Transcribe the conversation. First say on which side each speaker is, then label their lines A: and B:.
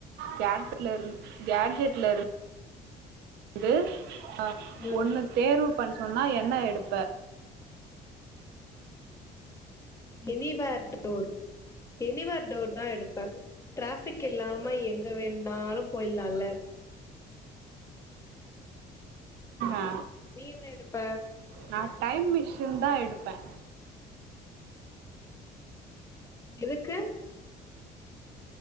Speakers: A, on the right (about 80°); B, on the left (about 15°).
A: கேஜட்ல இரு கே்ஜெட்ல இருந்து ந்து அ
B: ம்
A: ஒண்ண தேர்வு பண்ண சொன்னா என்ன எடுப்ப
B: எனிவே டோர் எனிவே டோர் தான் எடுப்பேன் டிராபிக் இல்லாம எங்க வேணாலும் போயலாம்ல
A: ஆ
B: நீ என்ன எடுப்ப
A: நா டைம் மிஷின்தா எடுப்பே
B: எதுக்கு